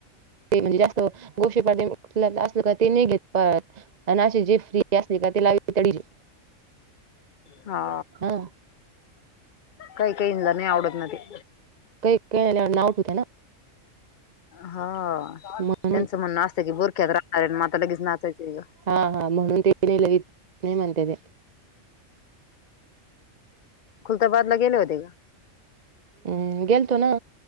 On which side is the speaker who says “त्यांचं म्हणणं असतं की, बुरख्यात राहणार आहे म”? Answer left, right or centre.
Left